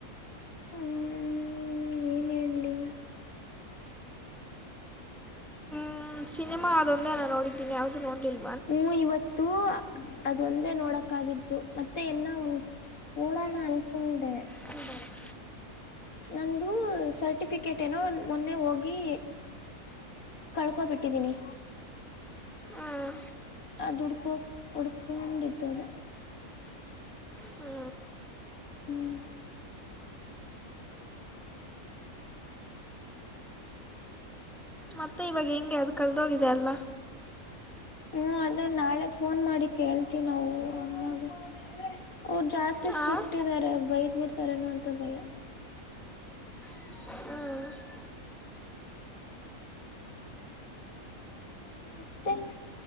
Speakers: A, on the left; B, in the centre.
A: ಹ್ಮ್ ಏನ್ ಹೇಳೇಲಿ
B: ಹ್ಮ್ ಸಿನಿಮಾ ಅದೊಂದ ನೋಡಿದ್ದೀಿ ಯಾಾವ್ದ ನೋಡ್ಲಿಲ್ಲ
A: ಹ್ಮ್ ಇವತ್ತು ಅದ ಒಂದೇ ನೋಡಕ್ಕಾಗಿದ್ದು ಮತ್ತೆ ಎಲ್ಲ ಒಂದು ಹಳ ಅನ್ಕೊಂಡೆ
B: ಹೌದ
A: ನಂದು ಸರ್ಟಿಫಿಕೇಟ್ ಏನೋ ಮೊನ್ನೆ ಹೋಗಿ ಕಳ್ಕೋಬ ಬಿಟ್ಟಿದ್ದೀನಿ
B: ಹಾಂ
A: ಅದು ಹುಡ್ಕೋ ಹುಡ್ಕೊಂಡತ್ತು ಅದ
B: ಹ್ಞೂ
A: ಹ್ಮ್
B: ಮತ್ತೆ ಇವಾಗ ಹೆಂಗೆ ಅದು ಕಳದೋಗಿದೆ ಅಲ್ಲ
A: ಹ್ಮ್ ಅದೇ ನಾಳೆ ಫೋನ್ ಮಾಡಿ ಕೇಳ್ತಿ ನಾವು ಹಾಗೆ ಅವರು ಜಾಸ್ತಿ
B: ಹಾಂ
A: ಸ್ಟ್ರಿಕ್ಟ್ ಇದ್ದಾರೆ ಬೈದ್ ಬಿಡ್ತಾರೇನೋ ಅಂತ ಭಯ
B: ಹ್ಮ್
A: ಮತ್ತೆ